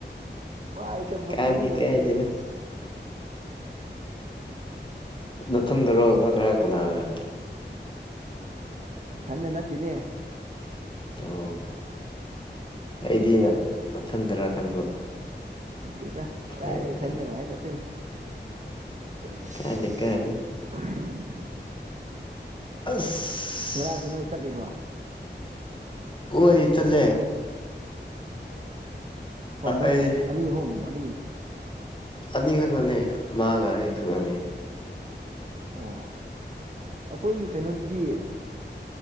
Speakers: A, on the right; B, on the left.
A: ꯃꯥꯏ ꯇꯝꯐꯝ
B: ꯀꯥꯏꯗꯦ
A: ꯈꯪꯗꯕꯅꯦꯅꯦ
B: ꯀꯥꯏꯗꯦꯗ
A: ꯑꯁ
B: ꯅꯊꯟꯗꯔꯣ ꯅꯠꯇ꯭ꯔꯥ ꯀꯅꯥꯒ
A: ꯊꯅ ꯅꯠꯇꯅꯦ
B: ꯑꯣ ꯑꯩꯗꯤ ꯑꯩꯅ ꯃꯊꯟꯊꯔ ꯈꯟꯕ
A: ꯠꯇꯦꯗ ꯀꯔꯥꯏꯔꯦ
B: ꯐꯩ ꯐꯩ
A: ꯊꯟꯗꯒ ꯃꯥꯥꯏ ꯆꯠ ꯇꯣꯏꯅ ꯑ
B: ꯀꯥꯏꯗꯦ ꯀꯥꯏꯗꯦ ꯑꯁ
A: ꯉꯔꯥꯡꯁꯨ ꯅꯣꯏ ꯆꯠꯂꯤꯔꯣ
B: ꯑꯣꯏ ꯇꯂꯦ
A: ꯑꯣ ꯅꯣꯏ
B: ꯑꯩ
A: ꯑꯅꯤ ꯑꯍꯨꯝ ꯃꯅꯤ
B: ꯑꯅꯤ ꯈꯛꯅꯅꯤ ꯃꯥꯒ ꯑꯩ ꯈꯪꯅꯅꯤ
A: ꯑꯣ ꯑꯩꯈꯣꯏꯒꯤ ꯀꯩꯅꯣꯗꯗꯤ